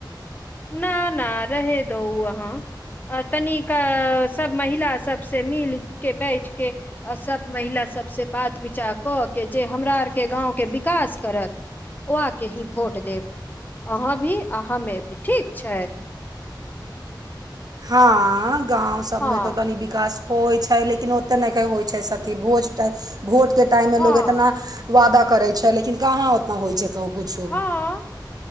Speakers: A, on the left; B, on the right.
A: न न रह दो वहाँ आ तनिक सभ महिला सभसँ मिल के बैठ के आ सभ महिला सभसँ बात विचार कऽ के जे हमरा आरके गाँवके विकास करत ओ आके ही भोट देब अहाँ भी आ हमे भी ठीक छै
B: हँ गाँव सभमे
A: हँ
B: तऽ तनी विकास होइ छै लेकिन ओते नहिखे होइ छै सखी भोज भोटके टाइममे
A: हँ
B: लोग एतना वादा करै छै लेकिन काहाँ ओतना होइ छै कहि कुछो
A: हँ